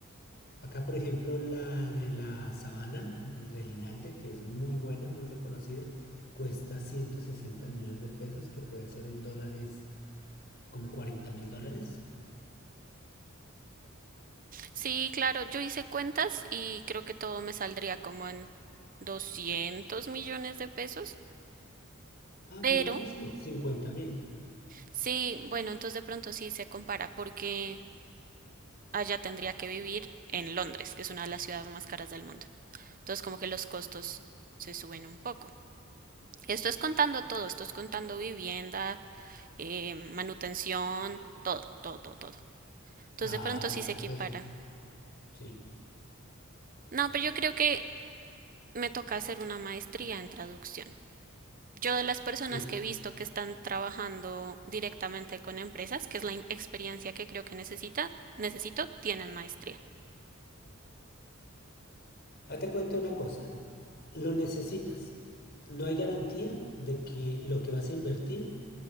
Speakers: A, on the left; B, on the right.
A: Acá, por ejemplo, la de la Sabana, el de Linalde, que es muy buena, muy reconocida, cuesta 160 millones de pesos, que puede ser en dólares como 40 mil dólares.
B: Sí, claro, yo hice cuentas y creo que todo me saldría como en 200 millones de pesos,
A: Ah,
B: pero
A: muy parecido, 50 mil.
B: Sí, bueno, entonces de pronto sí se compara porque allá tendría que vivir en Londres, que es una de las ciudades más caras del mundo. Entonces como que los costos se suben un poco. Esto es contando todo, esto es contando vivienda, eh, manutención, todo, todo, todo, todo. Entonces
A: Ah,
B: de pronto
A: entonces,
B: sí se equipara.
A: sí,
B: No, pero yo creo que me toca hacer una maestría en traducción. Yo de las personas
A: sí.
B: que he visto que están trabajando directamente con empresas, que es la in- experiencia que creo que necesita, necesito, tienen maestría.
A: Ah, te cuento una cosa, lo necesitas. No hay garantía de que lo que vas a invertir